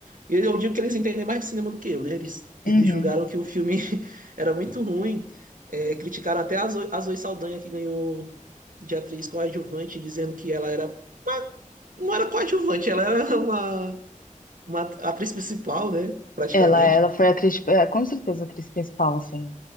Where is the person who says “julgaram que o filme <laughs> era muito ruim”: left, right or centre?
Right